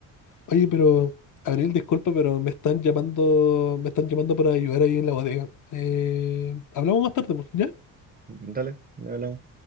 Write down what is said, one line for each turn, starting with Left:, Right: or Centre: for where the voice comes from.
Left: Oye, pero Abril, disculpa, pero me están llamando, me están llamando para ayudar ahí en la bodega. Eh, hablamos más tarde, pues, ¿ya?
Right: Dale, ya hablamos.